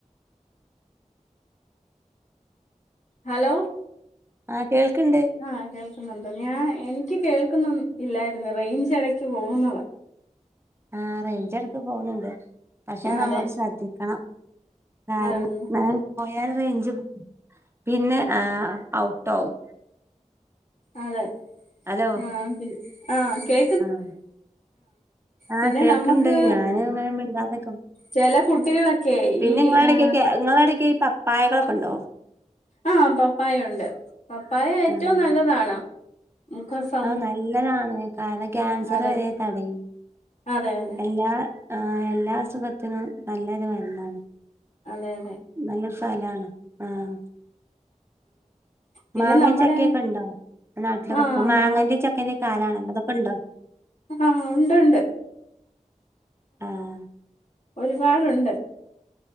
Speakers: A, on the left (about 65°); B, on the right (about 20°).
A: ഹലോ.
B: ആഹ് കേൾക്ക്ണ്ട്.
A: ആഹ് കേൾക്കുന്നുണ്ട് ഞാൻ എനിക്ക് കേൾക്കുന്നു ഇല്ലായിരുന്നു റേഞ്ച് എടക്ക് പോകുന്നതാ.
B: ആഹ് റേഞ്ച് എടക്ക് പോകുന്നുണ്ട്. പക്ഷേ
A: ആഹ്
B: നമ്മള്
A: അതെ
B: ശ്രദ്ധിക്കണം കാരണം
A: അതൊരു
B: <unintelligible> പോയാൽ റേഞ്ച് പോ പിന്നെ ഏഹ് ഔട്ടാവും.
A: അതെ
B: ഹലോ
A: ആഹ് പി ആഹ് കേ
B: ആഹ് ആഹ്
A: പിന്നെ
B: കേൾക്ക്ണ്ട്
A: നമ്മക്ക്
B: ഞാന് ഇങ്ങനെ മിണ്ടാതെക്കും
A: ചില കുട്ടികളൊക്കെ
B: പിന്നെ
A: ഈ
B: ഇങ്ങളെ എടക്കെക്കെ
A: ആഹ്
B: ഇങ്ങള എടക്ക് ഈ പപ്പായകളൊക്കെ ഒണ്ടോ
A: ആഹ് പപ്പായ ഒണ്ട് പപ്പായ ഏറ്റവും
B: ആഹ്
A: നല്ലതാണ് മുഖ സൗ
B: ആഹ് നല്ലതാണ് കാരണം ക്യാൻസർ
A: അതെ
B: വരെ തടയും
A: അതെ അതെ
B: എല്ലാ ആഹ് എല്ലാ അസുഖത്തിനും നല്ലൊരു മരുന്നാണ്
A: അതെ അതെ
B: നല്ലൊരു ഫലാണ് ആഹ്
A: പിന്നെ
B: മാങ്ങേം
A: നമ്മുടെ
B: ചക്കയൊക്കെ ഒണ്ടോ നാട്ടിലൊക്കെ
A: ആഹ്
B: ഇപ്പോ മാങ്ങേന്റേം ച ക്കേന്റേം കാലണല്ലോ അതൊക്കെ ഉണ്ടോ
A: ആഹ് ഒണ്ട് ഒണ്ട്.
B: ആഹ്
A: ഒരുപാടൊണ്ട്.